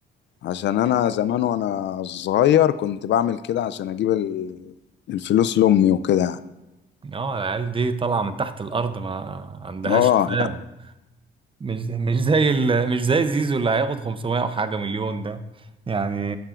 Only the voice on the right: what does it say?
اه العيال دي طالعه من تحت الارض ما عندهاش
تفاهم مش زي- مش زي ال... مش زي زيزو اللي هياخد 500 وحاجة مليون ده يعني